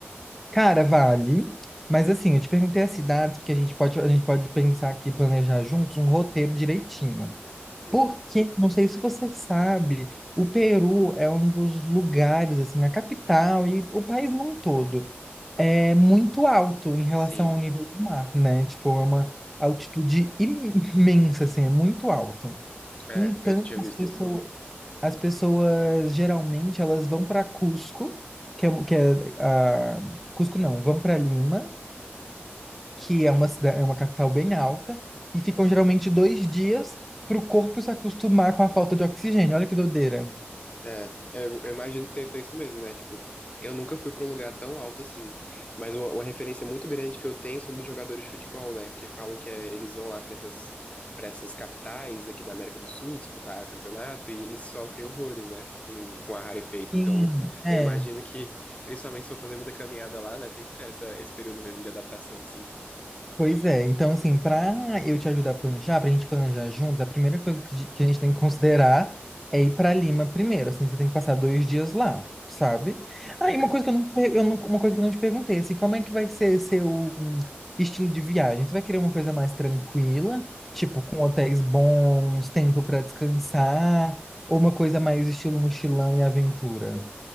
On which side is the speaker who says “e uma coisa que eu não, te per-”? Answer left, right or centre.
Centre